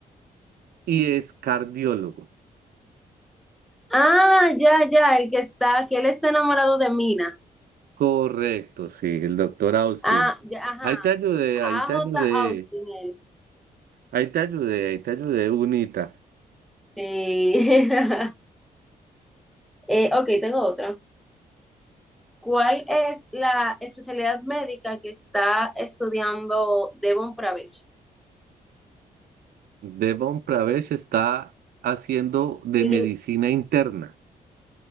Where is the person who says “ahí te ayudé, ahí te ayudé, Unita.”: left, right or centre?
Right